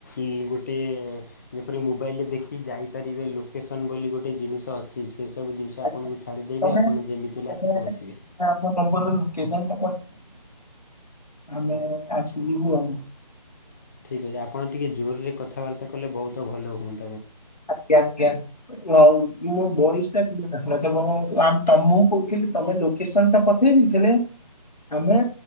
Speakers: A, on the left (about 25°); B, on the left (about 85°).
A: ଉଁ ଗୋଟିଏ ଯେପରି ମୋବାଇଲରେ ଦେଖି ଯାଇପାରିବେ ଲୋକେସନ ବୋଲି ଗୋଟେ ଜିନିଷ ଅଛି ସେ ସବୁ ଜିନିଷ
B: ଆଜ୍ଞା
A: ଆପଣଙ୍କୁ ଛାଡ଼ିଦେବେ
B: ତମେ
A: ଆପଣ ଯେମିତି ହେଲେ
B: ତମେ
A: ଆସି ପହଞ୍ଚିବେ।
B: ଆମ ନମ୍ବରରେ ଲୋକେସନ ଟା ଆମେ ଆସିି ଯିବୁ ଆଉ।
A: ଯଦି ଆପଣ ଟିକେ ଜୋରରେ କଥାାର୍ତ୍ତା କଲେ ବହୁତ ଭଲ ହୁଅନ୍
B: ଆଜ୍ଞା ଆଜ୍ଞା ହଉ। ମୁ ବଇସଟାଥିଲା ତ ତ ମୁ କହୁଥିଲି ତମେ ଲୋକେସନ ଟା ପଠେଇ ଦେଇଥିଲେ ଆମେ